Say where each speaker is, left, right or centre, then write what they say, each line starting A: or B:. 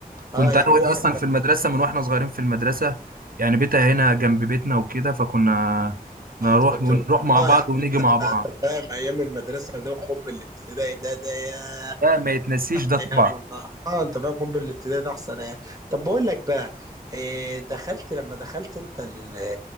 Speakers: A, on the right; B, on the right.
A: كنت
B: آه، يعني
A: انا وهي
B: هي
A: اصلا
B: كانت
A: في المدرسه من واحنا صغيرين في المدرسه يعني بيتها هنا جنب بيتنا وكده فكنا نروح
B: آه، كنت
A: نروح مع
B: اه
A: بعض
B: يعني
A: ونيجي مع بعض
B: انت فاهم ايام المدرسه ده وحب الابتدائي ده ده ياه
A: ده ما يتنسيش ده
B: ايام
A: طبعا
B: والله اه انت فاهم حب الابتدائي ده احسن ايام طب بقول لك بقى إيه دخلت لما دخلت انت ال-